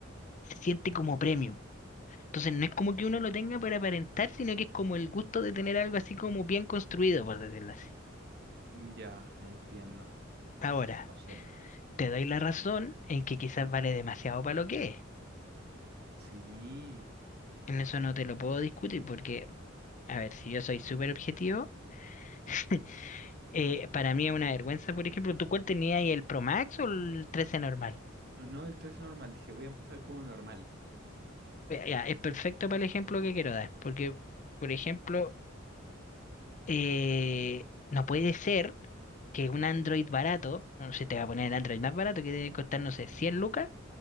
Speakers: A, on the left; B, on the right.
A: se siente como premium. Entonces, no es como que uno lo tenga para aparentar, sino que es como el gusto de tener algo así como bien construido, por decirlo así.
B: Mm, Ya, entiendo.
A: Ahora,
B: O sea,
A: te doy la razón en que quizás vale demasiado para lo que es.
B: Sí.
A: En eso no te lo puedo discutir porque, a ver, si yo soy súper objetivo, <laughs> eh, para mí es una vergüenza, por ejemplo, ¿tú cuál tenías ahí, el Pro Max o el 13 normal?
B: Oh, No, el tres normal. Dije, voy a empezar con uno normal.
A: Ve- ya, es perfecto para el ejemplo que quiero dar, porque, por ejemplo, eh, no puede ser que un Android barato, no sé, te va a poner el Android más barato que debe costar, no sé, 100 lucas,